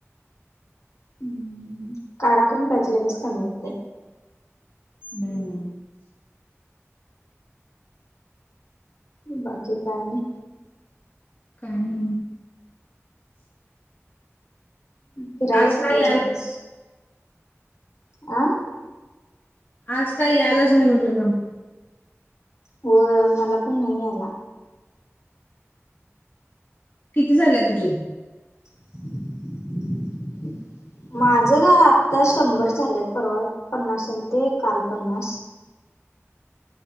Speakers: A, on the left; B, on the left.
A: हम्म काढा करून प्यायचा लगेच कमी होते.
B: हम्म
A: बाकी काय नाही.
B: काय ना
A: फिरायला
B: आज
A: कितीला
B: काय याल
A: जातीस अ.
B: आज काही आलच नाही म्हटलं काम.
A: होय मला पण नाही आला.
B: किती झालंय तुझी
A: <unintelligible> माझं ग आत्ता शंभर झाल्यात परवा पन्नास आलते काल पन्नास